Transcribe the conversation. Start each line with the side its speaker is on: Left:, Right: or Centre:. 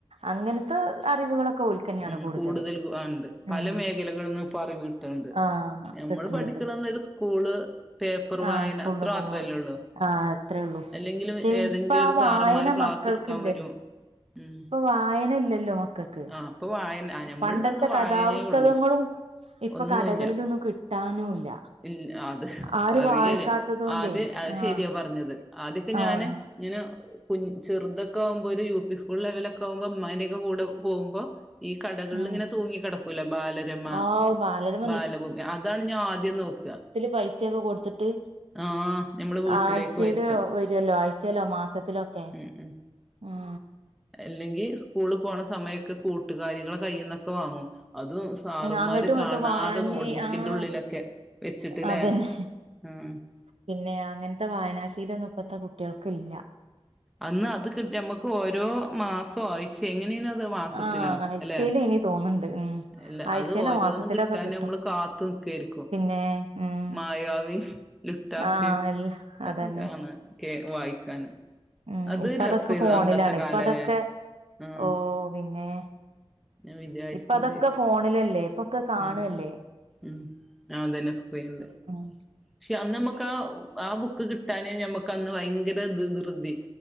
Right: അങ്ങനത്തെ അറിവുകളൊക്കെ ഓൽക്കന്നെയാണ്
Centre: ഉം
Right: കൂടുതല്
Centre: കൂടുതൽ ആ ഇണ്ട് പല
Right: ഉം
Centre: മേഖലകളിന്നിപ്പൊ അറിവുകൾ ണ്ട്
Right: ആഹ്
Centre: നമ്മള്
Right: കിട്ട്ണണ്ട്
Centre: പഠിക്കണന്നേരം സ്കൂള് പേപ്പർ വായന.
Right: ആഹ് സ്കൂളില്
Centre: മാത്രല്ലേള്ളൂ
Right: പോവാ ആഹ് അത്രേ ഉള്ളൂ പക്ഷെ
Centre: അല്ലെങ്കിലും ഏതെങ്കിലും
Right: ഇപ്പ ആ
Centre: ഒരു
Right: വായന
Centre: സാറന്മാര് ക്ലാസ്
Right: മക്കൾക്കില്ലല്ലോ
Centre: എടുക്കാൻ വരും ഉം
Right: ഇപ്പൊ വായന ഇല്ലല്ലോ മക്കൾക്ക്
Centre: ആ അപ്പൊ വായന ഞമ്മളന്ന്
Right: പണ്ടത്തെ
Centre: വായനേ
Right: കഥാപുസ്തകങ്ങളും
Centre: ഉള്ളു.
Right: ഇപ്പൊ
Centre: ഒന്നുല്ല
Right: കടകളിലൊന്നും കിട്ടാനുല്ല
Centre: ഇല്ല അത്
Right: ആരും
Centre: അറിയല്ലേ
Right: വായിക്കാത്തത് കൊണ്ടേ
Centre: ആതെ അത്
Right: ആഹ്
Centre: ശരിയാ പറഞ്ഞത് ആദ്യൊക്കെ ഞാന്.
Right: ആഹ്
Centre: ഇങ്ങനെ കു ചെറുതൊക്കെ ആകുമ്പോൾ ഒരു യു പി സ്കൂൾ ലെവലൊക്കെ ആകുമ്പോൾ മര കൂടെ പോകുമ്പോ ഈ കടകളിൽ
Right: ഉം
Centre: ഇങ്ങനെ തൂങ്ങി കിടക്കൂല ബാലരമ
Right: ആഹ് ബാലരമ
Centre: ബാലഭൂമി അതാണ് ഞാൻ ആദ്യം നോക്കുക
Right: പൈസൊക്കെ കൊടുത്തിട്ട്
Centre: ആഹ് ഞമ്മള് വീട്ടിലേക്ക്
Right: ആഴ്ച്ചൽ
Centre: വരുത്ത
Right: ല്ലോ ആഴ്ച്ചയിലോ മാസത്തിലൊക്കെ
Centre: ഉം ഉം
Right: ഉം
Centre: അല്ലെങ്കി സ്കൂള് പോണ സമയൊക്കെ കൂട്ടുകാരികളെ കൈയിൽന്നൊക്കെ വാങ്ങും അതും സാറന്മാര്
Right: അങ്ങട്ടും ഇങ്ങട്ടും
Centre: കാണാതെ
Right: വാങ്ങി
Centre: നോട്ട്ബുക്കിൻ്റെ
Right: ആഹ്
Centre: ഉള്ളിലൊക്കെ വെച്ചിട്ടില്ലേ
Right: അതന്നെ
Centre: ഉം
Right: പിന്നെ അങ്ങനത്തെ വായനാശീയിലൊന്നും ഇപ്പത്തെ കുട്ടികൾക്കില്ല
Centre: അന്ന് അത് കി ഞമ്മക്ക് ഓരോ മാസം ആഴച്ച എങ്ങനെയന അത് മാസത്തിലോ
Right: ആഹ് ആഴ്ചയില്
Centre: അല്ലെ
Right: ഇനി തോന്നുന്നുണ്ട് ഉം
Centre: അല്ല
Right: ആഴ്ചയിലോ
Centre: അത് ഓരോന്നും
Right: മാസത്തിലൊക്കെ
Centre: കിട്ടാൻ
Right: കിട്ടും
Centre: നമ്മള് കാത്തു നിക്കായിരിക്കും
Right: പിന്നെ ഉം
Centre: മായവി ലുട്ടാഫി
Right: ആഹ് എല്ല
Centre: ഒക്കെ
Right: അതന്നെ
Centre: കാണന് ക്കെ വായിക്കാന്
Right: ഉം
Centre: അത്
Right: ഇപ്പ
Centre: രസേരുന്നു
Right: അതൊക്കെ ഫോണിലാണ്
Centre: അന്നത്തെ കാലല്ലേ
Right: ഇപ്പ അതൊക്കെ
Centre: ആഹ്
Right: ഓ പിന്നെ
Centre: ഞാൻ വിചാരിക്കും
Right: ഇപ്പ അതൊക്കെ
Centre: ചെയ്യും
Right: ഫോണിലല്ലേ ഇപ്പൊക്കെ കാണുവല്ലേ
Centre: ഉം ഉം അതന്നെ സ്ക്രീനിൽ
Right: ആഹ
Centre: പക്ഷെ അന്ന് നമുക്ക് ആ ആ ബുക്ക് കിട്ടാനെ ഞമ്മുക്ക് അന്ന് ഭയങ്കര ത്ർതി